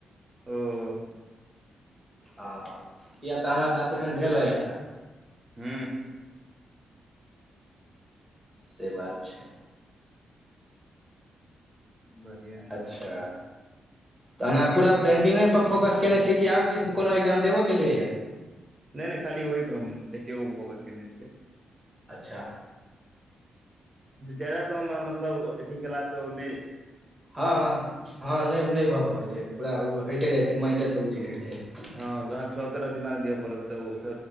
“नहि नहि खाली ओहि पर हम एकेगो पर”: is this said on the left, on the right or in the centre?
Right